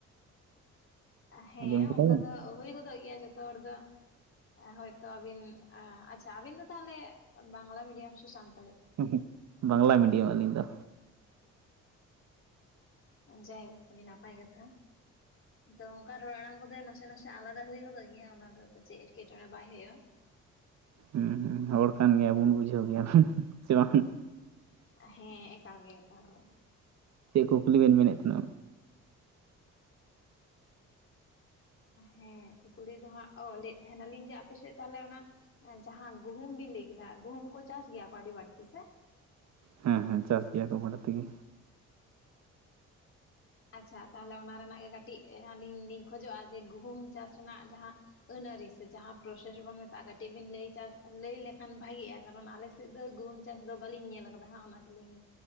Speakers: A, on the left; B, on the right.
A: ᱦᱮᱸ
B: ᱟᱸᱡᱚᱢ ᱠᱮᱫᱟ
A: ᱚᱱᱠᱟ
B: ᱵᱮᱱ
A: ᱫᱚ ᱦᱩᱭ ᱜᱚᱫᱚᱜ ᱜᱮᱭᱟ ᱡᱚᱛᱚ ᱦᱚᱲ ᱫᱚ ᱦᱚᱭᱛᱚ ᱟᱵᱤᱱ ᱟᱪᱪᱷᱟ ᱟᱵᱤᱱ ᱫᱚ ᱛᱟᱦᱞᱮ ᱵᱟᱝᱞᱟ ᱢᱤᱰᱤᱭᱟᱢ ᱥᱮ ᱥᱟᱱ
B: ᱦᱩᱸᱦᱩᱜ ᱵᱟᱝᱞᱟ ᱢᱤᱰᱤᱭᱟᱢ ᱟᱹᱞᱤᱧ ᱫᱚ
A: ᱡᱟᱭᱦᱳᱠ ᱟᱹᱰᱤ ᱱᱟᱯᱟᱭ ᱠᱟᱛᱷᱟ ᱛᱚ ᱚᱱᱠᱟ ᱨᱚᱲ ᱟᱲᱟᱝ ᱠᱚᱫᱚ ᱱᱟᱥᱮ ᱱᱟᱥᱮ ᱟᱞᱟᱫᱟ ᱦᱩᱭ ᱜᱚᱫᱚᱜ ᱜᱮᱭᱟ ᱚᱱᱟ ᱫᱚ ᱪᱮᱫ ᱮᱴᱠᱮ ᱴᱚᱬᱮ ᱵᱟᱭ ᱦᱳᱭᱳᱜᱼᱟ
B: ᱦᱮᱸ ᱦᱚᱲ ᱠᱟᱱ ᱜᱮᱭᱟ ᱵᱚᱱ ᱵᱩᱡᱷᱟᱹᱣ ᱜᱮᱭᱟ ᱵᱚᱱ ᱥᱮ ᱵᱟᱝ
A: ᱦᱮᱸ ᱮᱠᱟᱞ ᱜᱮ ᱮᱠᱟᱞ ᱜᱮ
B: ᱪᱮᱫ ᱠᱩᱠᱞᱤ ᱵᱮᱱ ᱢᱮᱱᱮᱫ ᱛᱟᱦᱮᱸᱱᱟ
A: ᱦᱮᱸ ᱠᱩᱠᱞᱤ ᱫᱚ ᱦᱟᱸᱜ ᱚ ᱞᱟᱹᱭ ᱮᱫ ᱛᱟᱦᱮᱸᱱᱟᱞᱤᱧ ᱡᱮ ᱟᱯᱮ ᱥᱮᱫ ᱛᱟᱦᱚᱞᱮ ᱚᱱᱟ ᱡᱟᱦᱟᱸ ᱜᱩᱦᱩᱢ ᱵᱤᱱ ᱞᱟᱹᱭ ᱠᱮᱫᱟ ᱜᱩᱦᱩᱢ ᱠᱚ ᱪᱟᱥ ᱜᱮᱭᱟ ᱠᱚ ᱟᱹᱰᱤ ᱵᱟᱹᱲᱛᱤ ᱥᱮ
B: ᱦᱮᱸ ᱦᱮᱸ ᱪᱟᱥ ᱜᱮᱭᱟ ᱠᱚ ᱵᱟᱹᱲᱛᱤ ᱜᱮ
A: ᱟᱪᱪᱷᱟ ᱛᱟᱦᱚᱞᱮ ᱚᱱᱟ ᱨᱮᱱᱟᱜ ᱜᱮ ᱠᱟᱹᱴᱤᱡ ᱟᱹᱞᱤᱧ ᱞᱤᱧ ᱠᱷᱚᱡᱚᱜᱼᱟ, ᱡᱮ ᱜᱩᱦᱩᱢ ᱪᱟᱥ ᱨᱮᱱᱟᱜ ᱡᱟᱦᱟᱸ ᱟᱹᱱ ᱟᱹᱨᱤ ᱥᱮ ᱡᱟᱦᱟᱸ ᱯᱨᱚᱥᱮᱥ ᱵᱚᱱ ᱢᱮᱛᱟᱜᱼᱟ ᱠᱟᱹᱴᱤᱡ ᱵᱤᱱ ᱞᱟᱹᱭᱟ ᱪᱟᱥ ᱞᱟᱹᱭ ᱞᱮᱠᱷᱟᱱ ᱵᱷᱟᱜᱤᱜᱼᱟ ᱠᱟᱨᱚᱱ ᱟᱞᱮ ᱥᱮᱫ ᱫᱚ ᱜᱩᱦᱩᱢ ᱪᱟᱥ ᱫᱚ ᱵᱟᱞᱤᱧ ᱧᱮᱞ ᱟᱠᱟᱫᱟ ᱦᱟᱸᱜ ᱚᱱᱟ ᱛᱮᱞᱤᱧ